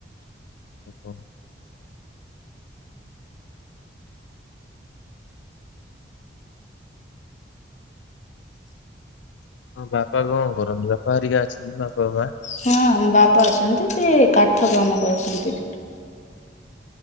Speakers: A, on the left; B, on the left.
A: ଓହୋ। ହଁ ବାପା କଣ କରନ୍ତି ବାପା ହରିକା ଅଛନ୍ତି ବାପା ମା?
B: ହଁ ବାପା ଅଛନ୍ତି ସେ କାଠ କାମ କରୁଛନ୍ତି।